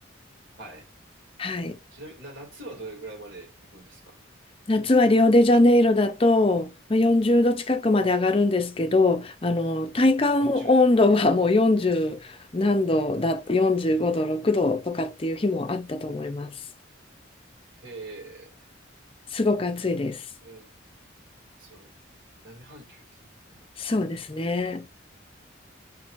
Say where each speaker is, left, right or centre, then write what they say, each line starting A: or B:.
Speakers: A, on the right; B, on the left.
A: はい。
B: はい。
A: ちなみに、な、夏はどれぐらいまで行くんですか
B: 夏はリオデジャネイロだとまあ40度近くまで上がるんですけど、あの体感温度はもう40何度だ、
A: ?40 度。
B: 45度、6度とかっていう日もあったと思います。
A: へえ、
B: すごく暑いです。
A: うん、その、南半球ですもんね。
B: そうですね。